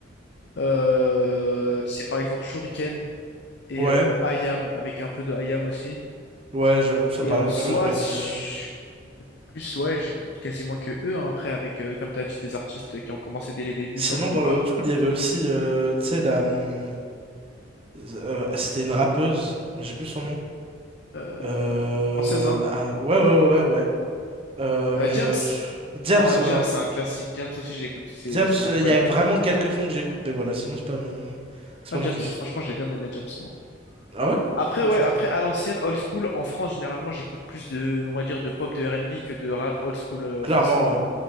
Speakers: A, on the left; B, on the right.
A: euh, c'est par exemple Shuriken et
B: Ouais,
A: euh, I Am avec un peu de I Am aussi.
B: ouais, j'avoue, ça
A: Et
B: par
A: en
B: exemple,
A: soi,
B: tu vois, j'ai pas
A: je-
B: écouté.
A: j'écoute plus, ouais, j'écoute quasiment que eux. hein. Après, avec, euh, comme t'as dit, des artistes qui ont commencé dès les débuts,
B: Sinon,
A: comme Booba,
B: dans le old school, il y avait aussi, euh, tu sais, la. hum, euh, c'était une rappeuse, mais j'ai plus son nom.
A: euh,
B: Euh,
A: française, hein.
B: ah, ouais, ouais, ouais, ouais. ouais. Euh,
A: Euh,
B: mais.
A: James.
B: euh, je- Diams,
A: Non,
B: voilà.
A: James, c'est un classique. James aussi, j'écoute. C'est,
B: Diams,
A: c'est incroyable.
B: euh, il y a vraiment quelques sons que j'écoute, mais voilà, sinon, c'est pas mon. C'est
A: Ah,
B: pas mon
A: James,
B: kiff.
A: franchement, j'ai bien aimé James, moi.
B: Ah ouais?
A: Après,
B: Moi,
A: ouais,
B: franchement.
A: après, à l'ancienne, old school, en France, généralement, j'écoute plus de, on va dire, de pop, de R&B que de rap old school euh,
B: Clairement,
A: français.
B: ouais.